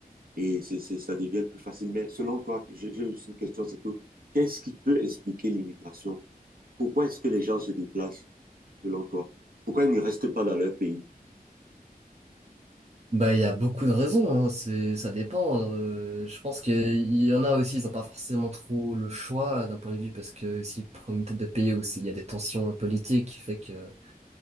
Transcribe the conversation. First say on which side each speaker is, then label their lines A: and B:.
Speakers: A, on the right; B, on the right.
A: et c'est, c'est, ça devient plus facile. Mais selon toi, j'ai j'ai aussi une question, c'est que qu'est-ce qui peut expliquer l'immigration? Pourquoi est-ce que les gens se déplacent, selon toi? Pourquoi ils ne restent pas dans leur pays?
B: Bah, il y a beaucoup de raisons, hein. C'est, ça dépend. Euh, je pense qu'il y en a aussi, ils n'ont pas forcément trop le choix d'un point de vue parce que s'ils prennent une tête de pays ou s'il y a des tensions euh, politiques qui fait que